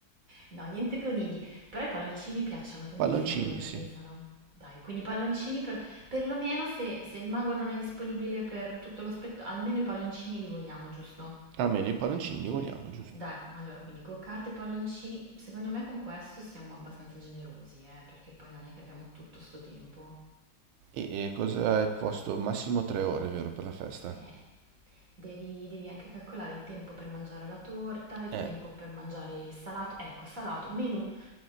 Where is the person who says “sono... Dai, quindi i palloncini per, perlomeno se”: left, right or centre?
Right